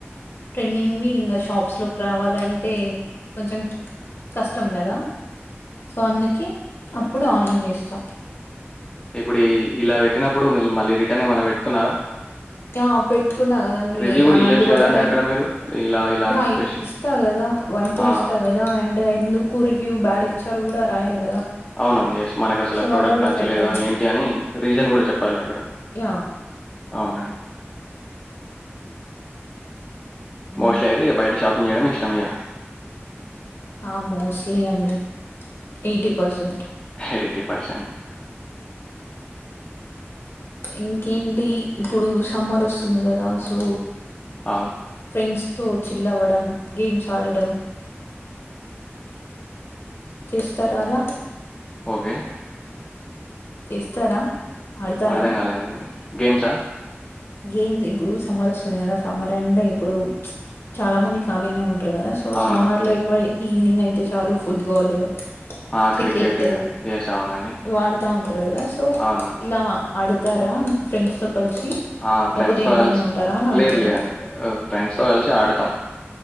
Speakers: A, on the left; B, on the left.
A: ట్రెండింగ్వి ఇంకా షాప్స్లోకి రావాలంటే కొంచెం కష్టం కదా సో అందుకే అప్పుడు ఆన్లైన్ చేస్తా
B: ఇప్పుడు ఇలా పెట్టినప్పుడు మ మళ్ళీ రిటర్న్ ఏమైనా పెట్టుకున్నారా
A: ఆ పెట్టుకున్నా కదండి
B: రివ్యూ గూడా
A: అలాంటి
B: ఇయ్యొచ్చు
A: బట్టలే
B: గదండీ అక్కడ మీరు. ఇలా, ఇలా
A: యా
B: అని జెప్పేసి.
A: ఇస్తా కదా వన్ టూ
B: ఆ!
A: ఇస్తా కదా అండ్ ఎందుకు రివ్యూ బ్యాడ్ ఇచ్చారు. కూడా రాయాలి కదా.
B: అవును ఎస్ మనకు అసలు
A: సో
B: ఆ ప్రోడక్ట్
A: అలా కూడా
B: నచ్చలేదా,
A: పెట్టాను
B: ఏంటి అని రీజన్ కూడా చెప్పాలి అక్కడ.
A: యా
B: అవున మోస్ట్లీ
A: మ్
B: అయిది బెటర్ షాప్ ఇయ్యడం ఇష్టమిగా
A: ఆ మోస్ట్లీ అండి ఎయిటీ పర్సెంట్
B: ఎయిటీ పర్సెంట్
A: ఇంకేంటి ఇప్పుడు సమ్మర్ వస్తుంది కదా సో
B: అవును.
A: ఫ్రెండ్స్ తో చిల్ అవడం గేమ్స్ ఆడడం చేస్తార అలా
B: ఓగే
A: చేస్తారా ఆడతారా
B: అర్థం కాలేదండి గేమ్సా
A: గేమ్స్ ఇప్పుడు సమ్మర్ వస్తుంది కదా సమ్మర్ అండ్ ఇప్పుడు చాలా మంది ఖాళీనే ఉం టరు కదా సో
B: అవునవును.
A: సమ్మర్ లో ఎక్కువ ఈవినింగ్ అయితే చాలు ఫుట్బాల్
B: ఆ!
A: Cricket
B: yes. అవునండి.
A: ఇవి ఆడుతా ఉంటారు కదా సో
B: అవునవును.
A: ఇలా అడు ఎల్ తారా ఫ్రెండ్స్ తో కలిసి
B: ఆ ఫ్రెండ్స్
A: లేకపోతే
B: తో
A: ఇంట్లోనే
B: కలిసి
A: ఉంటారా అని అడుగుతున్నా
B: లేదు లేదండి ఫ్రెండ్స్ తో కలిసి ఆడతాం